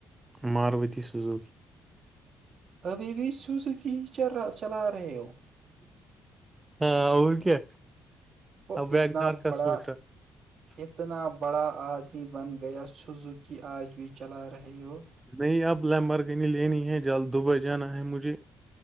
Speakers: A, on the right (about 15°); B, on the right (about 50°).
A: ماروتی سزو کی
B: ابھی بھی سوزکی ہی چلا رہے ہو
A: ہاں اور کیا
B: وہ
A: اب ویگنار
B: اتنا
A: کا
B: بڑا
A: سوچ رہا <unintelligible> <inaudible>
B: اتنا بڑا آدمی بن گیا سوزو کی آج بھی چلا رہے ہو
A: نہیں اب لمبرک نہیں لینی ہے جلد دبئی جانا ہے مجھے